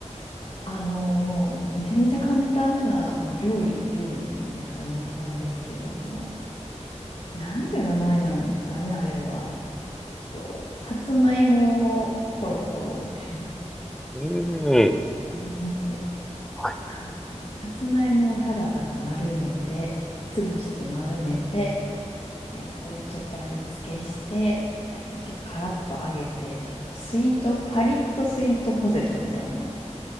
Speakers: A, on the left (about 45°); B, in the centre.
A: あのーめちゃめちゃ簡単なまあ料理、料理なんですかね。なんですけど、あの、なんていう名前なんですかね、あれは。こうさつまいもコロコロみたいな。
B: な。うーん。
A: ありまして。
B: は
A: あさつまいもをただただ丸めて、潰して丸めて、えーそこにちょっと味付けして、えーちょっとカラッと揚げて、ちょっとスイート、パリッとスイートポテトみたいな